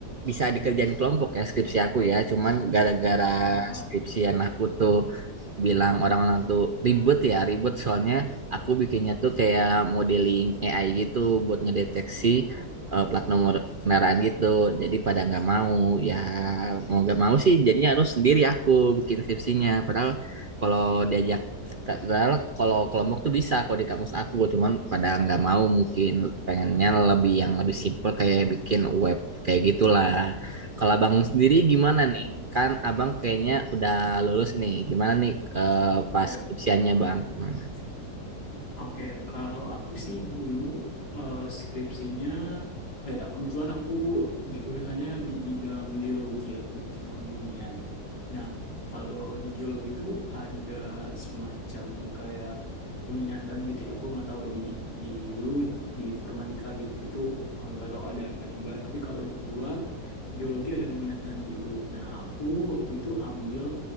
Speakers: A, on the right; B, on the left.
A: bisa dikerjain kelompok ya skripsi aku ya. Cuman gara-gara
B: oh,
A: skripsian aku tuh bilang orang-orang tuh ribet ya, ribet soalnya aku bikinnya tuh kayak modeling AI gitu buat ngedeteksi eh, plat nomor kendaraan gitu. Jadi pada nggak mau ya mau nggak mau sih jadinya harus sendiri aku bikin skripsinya. Padahal kalau diajak Padahal kalau kelompok tuh bisa kalau di kampus aku, cuman pada nggak mau mungkin pengennya lebih yang lebih simple kayak bikin web kayak gitulah. Kalau abang sendiri gimana
B: oh,
A: nih? Kan abang kayaknya udah lulus nih. Gimana nih eh, pas
B: oh.
A: skripsiannya bang? Gimana?
B: Oke, kalau aku sih dulu eh, skripsinya, oh ya kebetulan aku jurusannya di bidang geologi ya, lebih ke kebumian. Nah, kalau di geologi tuh ada semacam kayak peminatan gitu ya. Gue nggak tahu di di lu di informatika gitu-gitu eh, nggak tahu ada atau enggak. Tapi kalau di gua geologi ada peminatan gitu. Nah, aku waktu itu ambil